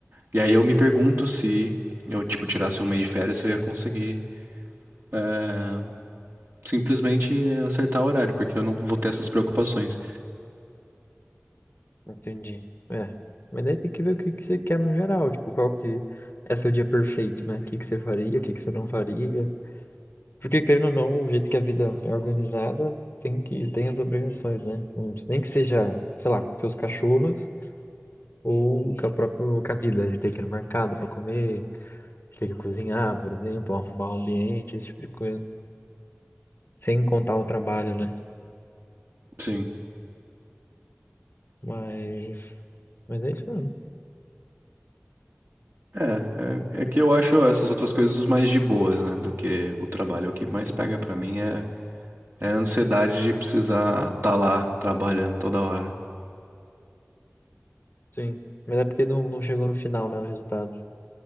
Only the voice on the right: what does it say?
E aí eu me pergunto se eu, tipo, tirasse um mês de férias, se eu ia conseguir, eh, simplesmente acertar o horário, porque eu não vou ter essas preocupações.
Sim.
É, é, é que eu acho essas outras coisas mais de boas, né, do que o trabalho. O que mais pega pra mim é, é a ansiedade de precisar estar tá lá trabalhando toda hora